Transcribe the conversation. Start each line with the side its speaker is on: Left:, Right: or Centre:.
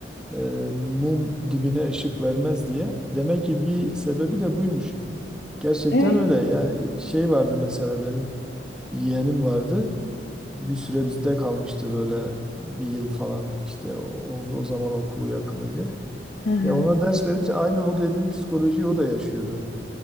Centre: e, mum dibine ışık vermez diye. Demek ki bir sebebi de buymuş. Gerçekten
Left: Evet.
Centre: öyle. Yani şey vardı mesela benim yeğenim vardı. Bir süre bizde kalmıştı böyle bir yıl falan işte o, o o zaman okulu yakını diye.
Left: Hı hı.
Centre: Ya ona ders verince aynı o dediğin psikolojiyi o da yaşıyordu.